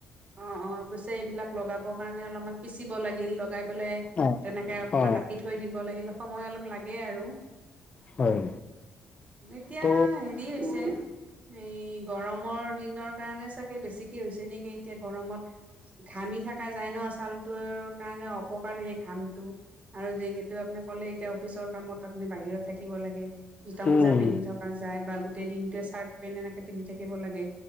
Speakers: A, on the right; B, on the left.
A: অ অ অৱশ্যে এইবিলাক লগাবৰ কাৰণে অলপমান পিচিব লাগিল লগাই পে
B: অ
A: তেনেকে অকমান
B: অ
A: ৰাখি থৈ দিব লাগিলে সময় অলপ লাগে আৰু
B: হয়
A: এতিয়া
B: ত'
A: হেৰি হৈছে এই গৰমৰ দিনৰ কাৰণে চাগে বেছিকে হৈছে নেকি এতিয়া গৰমত ঘামি থকা যায় ন ছালটোৰ কাৰণে অপকাৰ স ঘামটো আৰু যিহেতু আপুনি ক'লে এতিয়া অফিচৰ কামত আপুনি বাহিৰত থাকে দিব লাগে জোতা মোজা
B: উম
A: পিন্ধি থকা যায় বা গোটেই দিনটোৱে চাৰ্ট পেন এনেকে পিন্ধি থাক লাগে